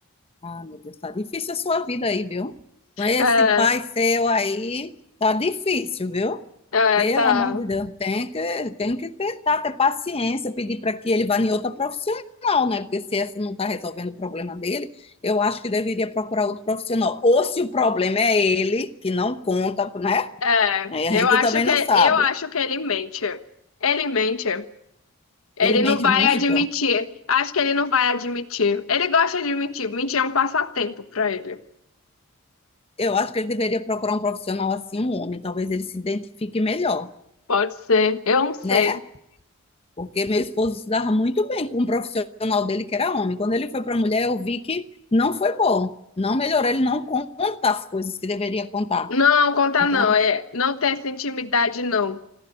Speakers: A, on the left (about 25°); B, on the left (about 70°).
A: Ah, meu Deus, tá difícil a sua vida aí, viu? Com esse
B: É,
A: pai seu aí, tá difícil, viu?
B: é,
A: Pelo
B: tá.
A: amor de Deus, tem que, tem que tentar ter paciência, pedir para que ele vá em outra profissional, né? Porque se essa não está resolvendo o problema dele, eu acho que deveria procurar outro profissional. Ou se o problema é ele, que não conta, né?
B: É,
A: Aí a
B: eu
A: gente
B: acho
A: também
B: que
A: não sabe.
B: eu acho que ele mente. Ele mente. Ele
A: Ele mente
B: não vai
A: muito.
B: admitir. Acho que ele não vai admitir. Ele gosta de mentir. Mentir é um passatempo pra ele.
A: Eu acho que ele deveria procurar um profissional assim, um homem. Talvez ele se identifique melhor,
B: Pode ser. Eu não sei.
A: né? Porque meu esposo se dava muito bem com um profissional dele que era homem. Quando ele foi para a mulher, eu vi que não foi bom. Não melhorou, ele não conta as coisas que deveria contar.
B: Não, conta
A: Então,
B: não. É, não tem essa intimidade, não.